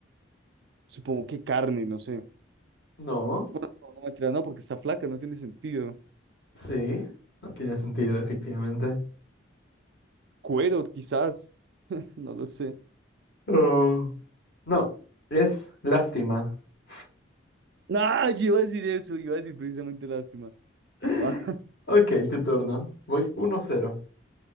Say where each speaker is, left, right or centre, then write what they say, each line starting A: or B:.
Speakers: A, on the right; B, on the left.
A: supongo que carne, no sé.
B: No.
A: No, no me mentira, no, porque está flaca, no tiene sentido.
B: Sí. No tiene sentido, efectivamente.
A: Cuero, quizás, <laughs> no lo sé.
B: Oh. No. Es lástima. <gasps>
A: No, yo iba a decir eso, iba a decir precisamente lástima.
B: <laughs>
A: Ah,
B: Ok, tu turno. Voy uno cero.